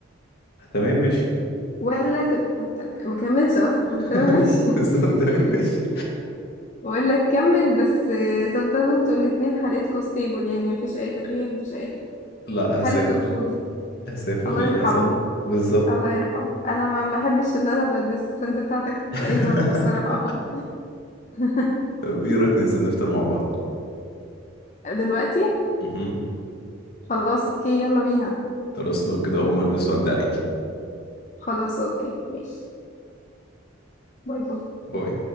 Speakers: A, on the left; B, on the left.
A: تمام ماشي
B: ولا تبقى ما كملش اصلا
A: <laughs>
B: تمام ماشي <laughs>
A: بالظبط تمام ماشي
B: ولا تكمل بس آه، تفضلوا انتوا الاتنين حالتكوا ستيبل يعني مفيش اي تغيير مفيش اي حاجة
A: لا
B: حالة
A: هسافر
B: ركودي
A: هسافر
B: الله
A: للأسف
B: يرحمه
A: بالظبط
B: الله يرحمه انا ما ما احبش ان انا ابقى البيست فريند بتاعتك تحت
A: <laughs>
B: اي ظرف الصراحه <laughs>
A: طب ايه رأيك ننزل نفطر مع بعض
B: دلوقتي
A: مهم.
B: خلاص اوكي يلا بينا
A: خلاص لو كده اقوم البس وأعدي عليكي
B: خلاص اوكي ماشي باي باي
A: باي